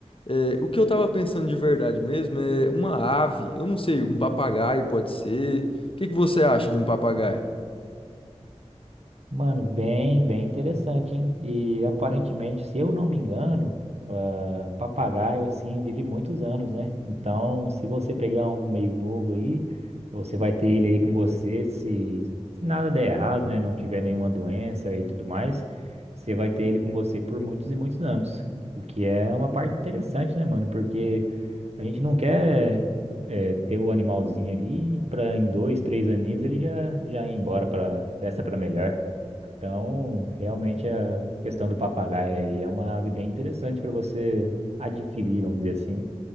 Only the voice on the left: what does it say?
é, o que eu tava pensando de verdade mesmo é uma ave, eu não sei, um papagaio pode ser. O que que você acha de um papagaio?